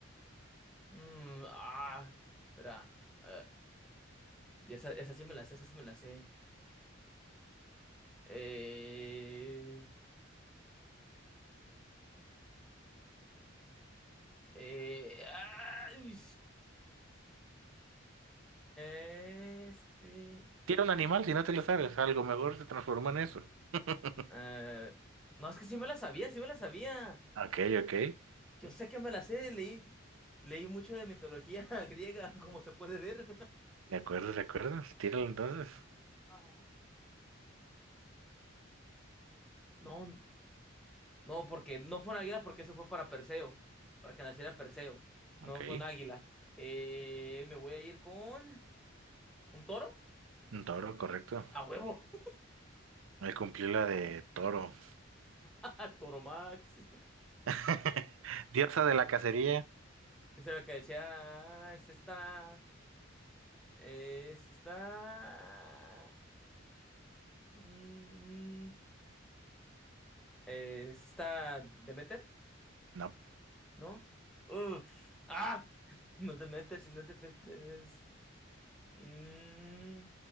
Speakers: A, in the centre; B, on the right (about 75°).
A: Mm, ah, espera. Ah, esa, esa sí me la sé, esa sí me la sé. Eh, eh, ay, este.
B: Tiene un animal, si no te lo sabes, algo mejor se transformó en eso. <laughs>
A: eh, no, es que sí me la sabía, sí me la sabía.
B: Ok, ok.
A: Yo sé que me la sé, leí, leí mucho de mitología <laughs> griega, como se puede ver.
B: De acuerdo, de acuerdo. Tíralo entonces.
A: Ah, No, no, porque no fue un águila, porque eso fue para Perseo, para que naciera Perseo. No
B: Ok.
A: fue un águila. Eh, me voy a ir con un toro.
B: Un toro, correcto.
A: A huevo.
B: Él cumplió la de toro.
A: <laughs> Toromax.
B: <laughs> Diosa de la cacería.
A: Esa era la que decía, "Ah, es esta, es esta, mm, es esta Demeter,
B: No.
A: ¿no? Uh, ah, <laughs> no es Demeter, sino es, de- es, mm,